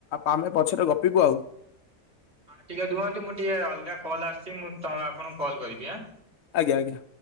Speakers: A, on the left (about 75°); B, on the right (about 50°).
A: ଆମେ ପଛରେ ଗପିବୁ ଆଉ
B: ହଁ ଟିକେ ରୁହନ୍ତୁ ମୁଁ ଟିକେ ଅଲଗା କଲ୍ ଆସିଛି ମୁଁ ତ ଆପଣଙ୍କୁ କଲ୍ କରିବି ହାଁ
A: ଆଜ୍ଞା ଆଜ୍ଞା